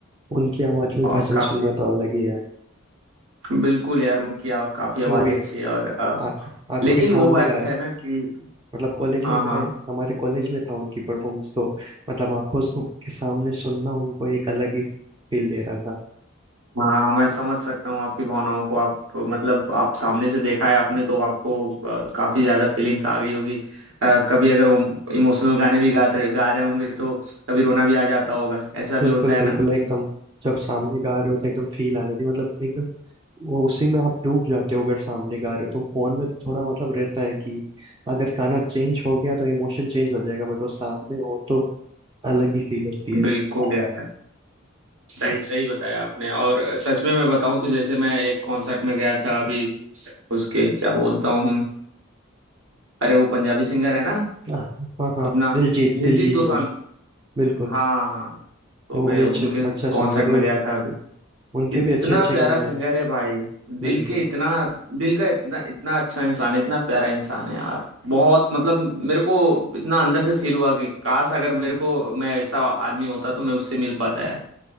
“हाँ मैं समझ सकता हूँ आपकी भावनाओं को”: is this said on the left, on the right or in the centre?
Right